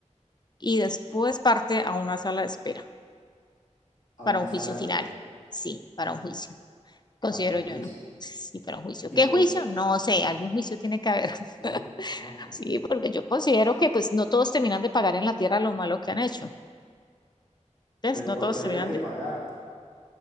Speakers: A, on the left; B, on the left.
A: y después parte a una sala de espera
B: a
A: para
B: una
A: un
B: sala
A: juicio
B: de
A: final.
B: espera
A: Sí, para un juicio, considero
B: para un juicio.
A: yo, ¿no? Sí, para un juicio.
B: ¿Y
A: ¿Qué
B: por
A: juicio?
B: qué?
A: No sé, algún juicio tiene que haber.
B: Sí,
A: <laughs>
B: ok.
A: Sí, porque yo considero que pues no todos terminan de pagar en la tierra lo malo que han hecho. Entonces,
B: Pero
A: no
B: ¿por
A: todos
B: qué habría
A: terminan
B: que
A: de,
B: pagar?